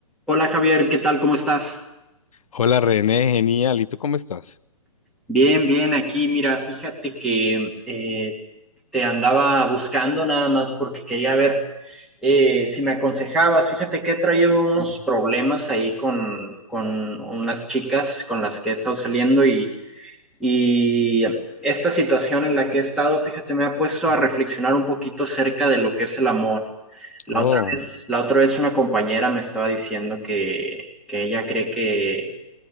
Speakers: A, in the centre; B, on the left.
A: Hola Javier, ¿qué tal? ¿Cómo estás?
B: Hola René, genial. ¿Y tú cómo estás?
A: Bien, bien, aquí, mira, fíjate que eh, te andaba buscando nada más porque quería ver eh, si me aconsejabas. Fíjate que he traído unos problemas ahí con, con unas chicas con las que he estado saliendo y, y esta situación en la que he estado, fíjate, me ha puesto a reflexionar un poquito acerca de lo que es el amor. La
B: Oh,
A: otra vez, la otra vez una compañera me estaba diciendo que, que ella cree que